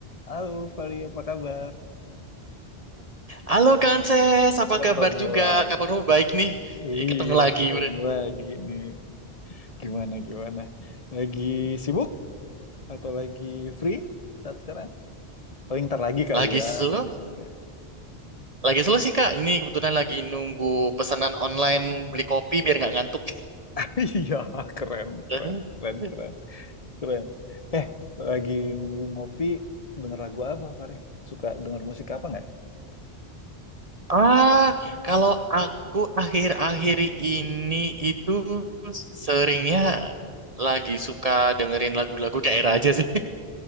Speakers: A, on the left (about 35°); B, on the right (about 40°).
A: Halo Fali, apa kabar?
B: Halo Kanses, apa
A: Ketemu
B: kabar juga?
A: lagi.
B: Kabarmu baik nih.
A: Iya,
B: Ih, Ketemu lagi
A: ketemu
B: udah.
A: lagi nih. Gimana, gimana? Lagi sibuk atau lagi free? Saat sekarang? Paling ntar lagi kali
B: Lagi
A: ya,
B: slow?
A: Rada sibuk
B: Lagi slow sih Kak. Ini kebetulan lagi nunggu pesanan online beli kopi biar nggak ngantuk.
A: <laughs> Iya, keren, keren,
B: <laughs>
A: keren, keren, keren. Eh, lagi nunggu ngopi, denger lagu apa, Fare? Suka denger musik apa nggak?
B: Ah, kalau aku akhir-akhir ini itu seringnya lagi suka dengerin lagu-lagu daerah aja sih. <laughs>